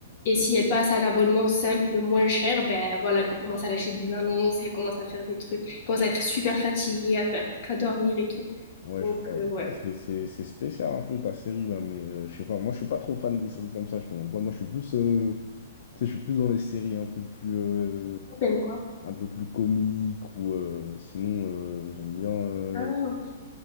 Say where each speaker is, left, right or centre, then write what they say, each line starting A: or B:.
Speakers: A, on the left; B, on the left.
A: et
B: Mhm.
A: si elle passe à un abonnement simple, moins cher, ben voilà, elle commence à lâcher des annonces, elle commence à faire des trucs, elle commence à être super fatiguée, à faire qu'à dormir et tout.
B: Ouais,
A: Donc
B: je vois.
A: euh, ouais.
B: Ouais, c'est c'est- c'est spécial un peu ta série, là, mais euh, je sais pas. Moi, je suis pas trop fan des séries comme ça, je te mens pas. Moi, je suis plus, euh, tu sais, je suis plus dans les séries un peu plus, euh,
A: Comme quoi?
B: un peu plus comiques ou euh, sinon, euh, j'aime bien. euh,
A: Ah, ok.